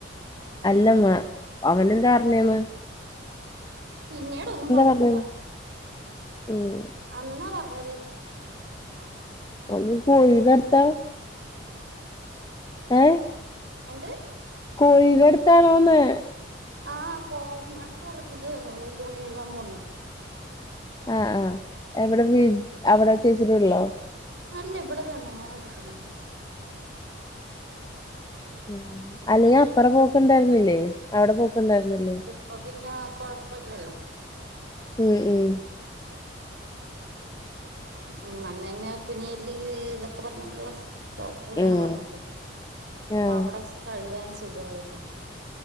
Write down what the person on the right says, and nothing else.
പിന്നീട ഒന്നും പറഞ്ഞില്ല
അന്നാ പറഞ്ഞത്
എന്ത്
ആ കോ ഞാൻ പുറകില് ാര്ന്ന് തുണി കഴുകാൻ പോണി
ഉം
അല്ല ഇവിടെ തന്നെ ഞങ്ങളവടെ തന്നെ
പ്പ പിന്ന കുഴപ്പല്ലല്ലോ
ഉം അന്ന് തന്നെ കുനിയില് ഇതൊക്കെ പറഞ്ഞോണ്ടുള്ള ഡോക്ടർ ഇങ്ങനെ
പറഞ്ഞിട്ടെ അപ്പൊ
അവിടെ സ് കഴുകാൻ സുഖവായിരുന്നു